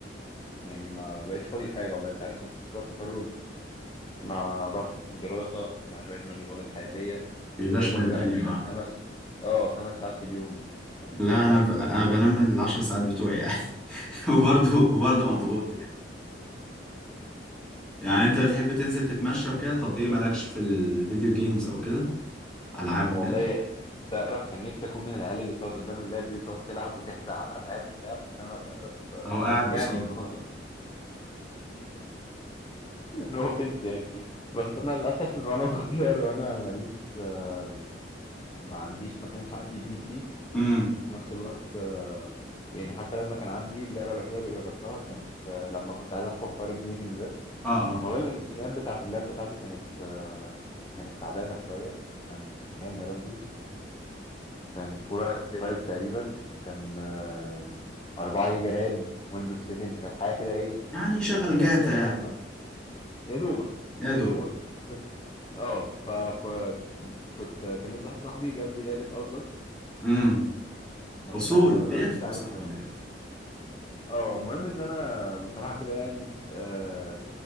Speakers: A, on the left; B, in the centre.
A: يعني ما بقتش فاضي لحاجة والله انت عارف مشروع التخرج مع ضغط الدراسة مع شوية مشغولات حياتية
B: بيداش
A: يا دوبك
B: من الدنيا
A: الواحد بينام
B: اه
A: خمس اه خمس ساعات في اليوم أو
B: لا
A: ست
B: انا
A: ساعات
B: ب... أنا
A: يعني
B: بنام العشر ساعات بتوعي يعني <laughs> وبرضه
A: <laughs>
B: وبرضه مضغوط يعني يعني انت بتحب تنزل تتمشى وكده طب ايه مالكش في الفيديو جيمز او كده العاب
A: والله
B: وكده
A: تعرف كان نفسي أكون من العيال اللي بتقعد قدام اللاب دي وتقعد تلعب وتهزأ على الألعاب وبتاع بس أنا للأسف آه،
B: او قاعد
A: يعني
B: قصادك
A: نو أوفنس <laughs> يعني بس أنا للأسف من وأنا صغير وأنا ماليش آه، ما عنديش ما كانش عندي بي سي
B: امم
A: وفي نفس الوقت آه، يعني حتى لما كان عندي اللعبة الوحيدة اللي جربتها كانت آه، لما كنت عايز أدخل حوار الجيمنج
B: اه اه
A: والله الامكانيات بتاعه اللاب بتاعتي كانت آه، كانت تعبانه شويه كان كام يا ربي كان كوره 5 تقريبا وكان آه، 4 جيجا رام ويندوز 7 كانت حاجه كده ايه
B: يعني شغل
A: كانش فيه كارت
B: جاتا
A: شاشه
B: يعني
A: اصلا يا دوبك
B: يا دوب
A: يا دوبك كنت اه فكنت كلمت واحد صاحبي جاب لي لعبه اوتلاست
B: مم.
A: ما اعرفش
B: اصول
A: تعرفها ولا
B: بيفهم
A: لا اكيد عارفها
B: صاحبك
A: يعني
B: ده
A: اه المهم ان انا بصراحه كده يعني آه